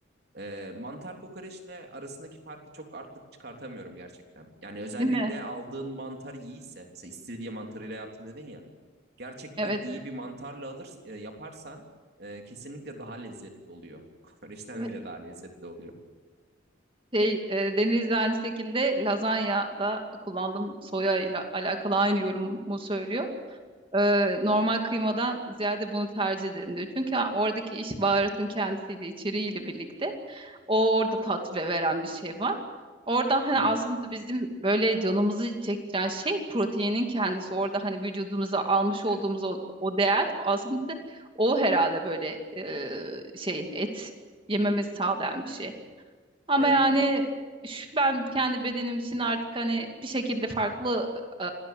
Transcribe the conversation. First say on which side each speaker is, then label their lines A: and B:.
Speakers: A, on the right; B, on the right.
A: Ee, mantar kokoreçle arasındaki farkı çok artık çıkartamıyorum gerçekten. Yani özellikle
B: Değil mi?
A: aldığın mantar iyiyse, mesela istiridye mantarıyla yaptım dedin ya, gerçekten
B: Evet
A: iyi
B: evet.
A: bir mantarla alır, e, yaparsan e, kesinlikle daha lezzetli oluyor. <laughs> Kokoreçten
B: Evet.
A: bile daha lezzetli oluyor.
B: Şey, e, Deniz'de aynı şekilde lazanya da kullandım. Soya ile alakalı aynı yorumu söylüyor. e, normal kıymadan ziyade bunu tercih ederim diyor. Çünkü ha- oradaki iş baharatın kendisiyle, içeriğiyle birlikte o orada tat ve- veren bir şey var. Orada hani
A: Hı hı.
B: aslında bizim böyle canımızı çektiren şey proteinin kendisi. Orada hani vücudumuza almış olduğumuz
A: E-
B: o, o değer aslında o herhalde böyle e, şey et yememizi sağlayan bir şey. Ama
A: Evet,
B: yani şu, ben kendi bedenim için artık hani bir şekilde farklı e,